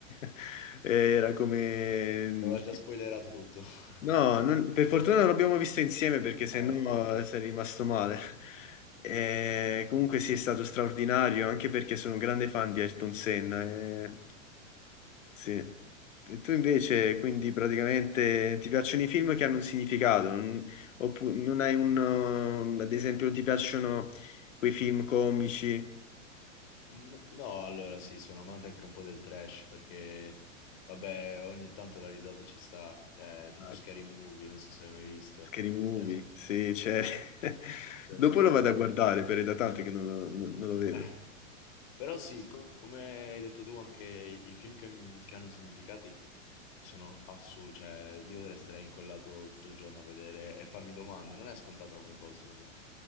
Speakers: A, on the left (about 70°); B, on the left (about 35°).
A: <laughs> era come...
B: Ti Aveva già spoilerato tutto. <laughs>
A: No, non- per fortuna non l'abbiamo visto insieme perché sennò
B: Ah, ok.
A: sarei rimasto male. Eh, comunque sì, è stato straordinario, anche perché sono un grande fan di Ayrton Senna. eh, sì. E tu invece, quindi praticamente ti piacciono i film che hanno un significato, non- Oppure non hai un... um, ad esempio, non ti piacciono quei film comici,
B: N- No, allora sì, sono amante anche un po' del trash perché, vabbè, ogni tanto la risata ci sta, cioè, tipo
A: Dai.
B: Scary Movie, non so se l'hai mai visto,
A: scary movie,
B: cioè, sono,
A: sì, c'è. <laughs>
B: cioè,
A: Dopo
B: sono le
A: lo
B: parodie.
A: vado a guardare, per è da tanto che non, lo non- non lo vedo.
B: Eh, però sì, co- come hai detto tu, anche i, i film che, m- che hanno significati sono assurdi, cioè, io resterei incollato tutto il giorno a vedere e farmi domande, non è scontata come cosa, secondo me,